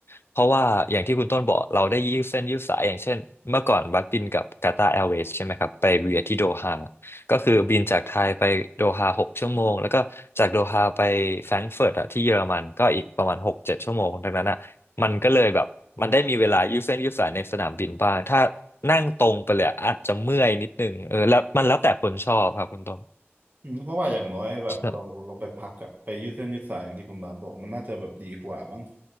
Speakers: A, on the left (about 60°); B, on the right (about 45°).
A: เพราะว่าอย่างที่คุณต้นบอกเราได้ยืดเส้นยืดสายอย่างเช่นเมื่อก่อนบัสบินกับกาตาร์แอร์เวย์ใช่ไหมครับไปเวียที่โดฮาก็คือบินจากไทยไปโดฮาหกชั่วโมงแล้วก็จากโดฮาไปแฟรงก์เฟิร์ตอะที่เยอรมันก็อีกประมาณหกเจ็ดชั่วโมงดังนั้นอะ มันก็เลยแบบมันได้มีเวลายืดเส้นยืดสายในสนามบินบ้างถ้านั่งตรงไปเลยอะอาจจะเมื่อยนิดนึงเออแล้วมันแล้วแต่คนชอบครับคุณต้น
B: อืมเพราะว่าอย่างน้อยแบบเราเราไปพักอะไปยืดเส้นยืดสายอย่างที่คุณบาสบอกมันน่าจะแบบดีกว่ามั้ง
A: ใช่